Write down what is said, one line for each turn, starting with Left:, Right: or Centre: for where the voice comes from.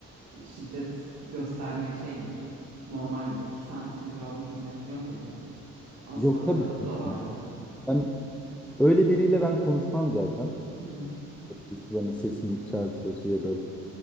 Right: e, şiddet göstermek şey midir? Normal midir? Ki sen senin cevabını çok net biliyorum da bu. Ama
Centre: Yok
Right: sorularda
Centre: tabii. ki.
Right: bu da var
Centre: Yani
Right: yani.
Centre: Ben öyle biriyle ben konuşmam zaten.
Right: Hı hı.
Centre: Birisi bana sesini yükseltiyorsa ya da